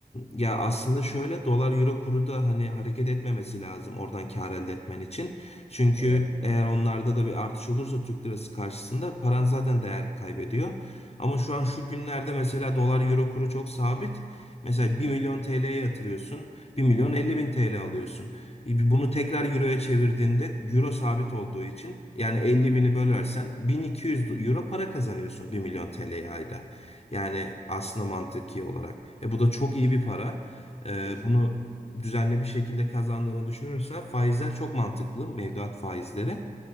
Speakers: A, on the left (about 40°); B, on the right (about 40°).
A: ya aslında
B: Kes-
A: şöyle dolar euro kuru da hani hareket etmemesi lazım oradan kar elde etmen için. Çünkü
B: Evet.
A: eğer onlarda da bir artış olursa Türk lirası karşısında paran zaten değer kaybediyor. Ama şu an şu günlerde mesela dolar euro kuru çok sabit. Mesela bir
B: Ke-
A: milyon TL'ye yatırıyorsun. bir milyon 50 bin TL alıyorsun. E, Bunu tekrar euroya çevirdiğinde euro sabit olduğu için yani 50 bini bölersen 1200 euro para kazanıyorsun bir milyon TL'ye ayda. Yani aslında mantıki olarak. E, bu da çok iyi bir para. E,
B: Kesin,
A: bunu düzenli bir şekilde kazandığını düşünürsen faizler çok mantıklı. Mevduat faizleri.